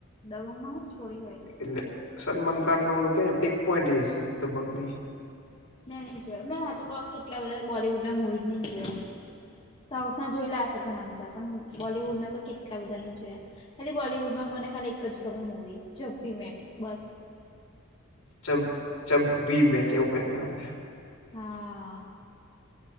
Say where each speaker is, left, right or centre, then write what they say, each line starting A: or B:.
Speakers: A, on the left; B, on the left.
A: દબંગમાં હું સ્ટોરી હોય
B: એટલે સલમાન ખાન નો ઓલુ કે ને, પિક પોઈન્ટ એ છે દબન્ગ ને ઈ.
A: નહીં, જો મેં હાચુ ક્વ, કેટલા બધા બોલીવુડ ના મુવી નહીં જોયા. સાઉથ ના જોયેલા હશે ઘણા બધા, પણ બોલિવુડના તો કેટલા બધા નહી જોયા. ખાલી બોલીવુડમાં મને ખાલી એક જ ગમે મુવી જીપી મેટ બસ.
B: જબ જબ વી મેટ એવું કંઈક નામ.
A: હ, અ